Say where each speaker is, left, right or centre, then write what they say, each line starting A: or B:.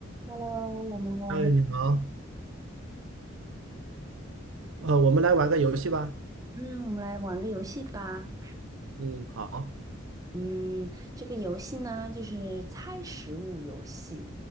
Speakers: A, on the right (about 20°); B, on the right (about 70°).
A: Hello，我们来玩个，
B: 嗨，你好，呃，我们来玩个游戏吧。
A: 嗯，我们来玩个游戏吧。
B: 嗯，好，
A: 嗯，这个游戏呢，就是猜食物游戏。